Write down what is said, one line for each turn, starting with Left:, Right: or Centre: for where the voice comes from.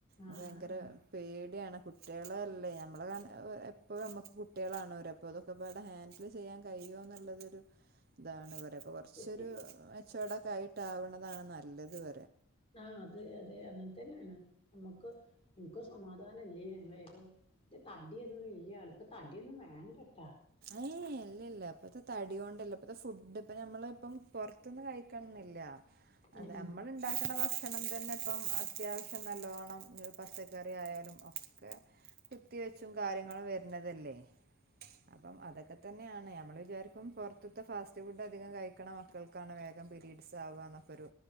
Left: ആഹ് ആഹ്
Right: ഭയങ്കര
Left: ആഹ്
Right: പേടിയാണ് കുട്ടികളല്ലേ നമ്മടെ ആഹ് എപ്പോളും നമ്മുക്ക് കുട്ടികളാണ് അവര് അതൊക്കെപാടെ ഹാൻഡിൽ ചെയ്യാൻ കഴിയുമോ എന്നുള്ളതൊരു ഇതാണ് <unintelligible> കൊറേച്ചൊരു
Left: ആഹ്
Right: അ അതൊക്കെയിട്ടാവുന്നതാണ് നല്ലത് പ
Left: ആഹ് അതെ അതെ അങ്ങനെ തന്നെയാണ് നമുക്ക് എനിക്ക് ഒരു സമാധാ <unintelligible> ഇത് തടിയൊന്നും ഇല്ല എളുപ്പം താടിയൊന്നും വേ ആൻഡ്
Right: ഏയ് അല്ല അല്ല അപ്പ ഇത്‌ തടി കൊണ്ടുള്ള ഇപ്പത്തെ ഫുഡ് ഇപ്പം ഞമ്മള് ഇപ്പം പൊറത്തൊന്നും കഴിക്കണന്നില്ല അതെ
Left: ഉം
Right: നമ്മൾ ഉണ്ടാക്കണ ഭക്ഷണം തന്നെ ഇപ്പം അത്യാവശ്യം നല്ലോണം ഹ് പച്ചക്കറി ആയാലും ഒക്കെ കുത്തിവെച്ചും കാര്യങ്ങളും വരുന്നതല്ലേ അപ്പം അതൊക്കെ തന്നെയാണ് നമ്മൾ വിചാരിക്കും പൊർത്ത്ത്തെ ഫാസ്റ്റ് ഫുഡ് അധികം കഴിക്കണ മക്കൾക്കാണ് വേഗം പിരീഡ്സ് ആവ ന്നൊക്കെ ഒരു